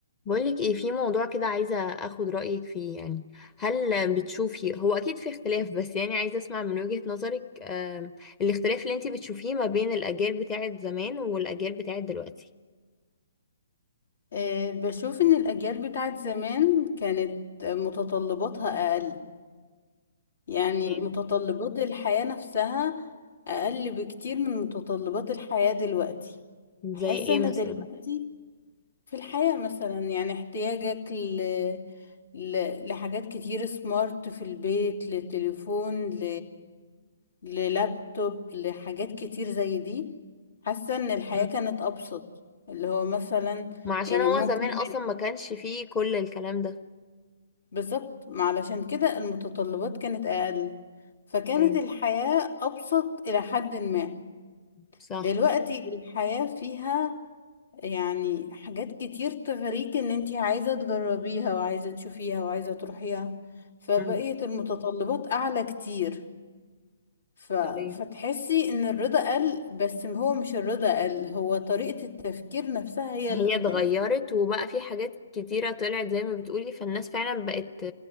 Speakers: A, on the left (about 20°); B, on the left (about 75°).
A: بقولك ايه في موضوع كده عايزة اخد رأيك فيه يعني هل بتشوفي هو اكيد في اختلاف بس يعني عايزة اسمع من وجهة نظرك آم، الاختلاف اللي انتي بتشوفيه ما بين الاجيال بتاعت زمان والاجيال بتاعت دلوقتي
B: آه، بشوف ان الاجيال بتاعت زمان كانت متطلباتها اقل يعني
A: إيه؟
B: متطلبات الحياة نفسها اقل بكتير من متطلبات الحياة دلوقتي
A: زي
B: بحس
A: ايه
B: ان
A: مثلا
B: دلوقتي في الحياة مثلا يعني احتياجك ل... ل... لحاجات كتير سمارت في البيت لتليفون ل... للابتوب لحاجات كتير زي دي حاسة ان الحياة
A: مم.
B: كانت ابسط اللي هو مثلا
A: ما عشان
B: يعني
A: هو
B: ممكن
A: زمان اصلا ما كانش فيه كل الكلام ده
B: بالظبط ما علشان كده المتطلبات كانت أقل فكانت
A: ايوه
B: الحياة أبسط إلى حد ما
A: صح
B: دلوقتي الحياة فيها يعني حاجات كتير تغريك إن انتي عايزة تجربيها وعايزة تشوفيها وعايزة تروحيها فبقيت
A: مم.
B: المتطلبات أعلى كتير ف...
A: طيب
B: فتحسي إن الرضا قل بس هو مش الرضا قل هو طريقة التفكير نفسها هي
A: هي
B: اللي اختلفت
A: اتغيرت وبقى في حاجات كتيرة طلعت زي ما بتقولي فالناس فعلا بقت